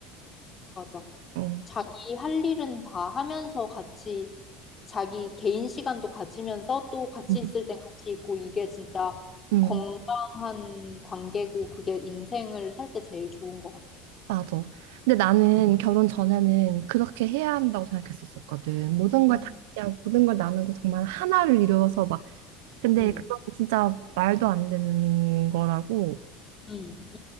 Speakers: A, on the left; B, on the right.
A: 맞아.
B: 어,
A: 자기 할 일은 다 하면서 같이 자기 개인 시간도 가지면서 또 같이
B: 응,
A: 있을 땐 같이 있고 이게 진짜
B: 응,
A: 건강한 관계고 그게 인생을 살 때 제일 좋은 것 같아요.
B: 맞아. 근데 나는 결혼 전에는 그렇게 해야 한다고 생각했었었거든. 모든 걸
A: 음,
B: 다 함께하고 모든 걸 나누고 정말 하나를 이루어서 막. 근데
A: 음,
B: 그건 진짜 말도 안 되는 거라고.
A: 음,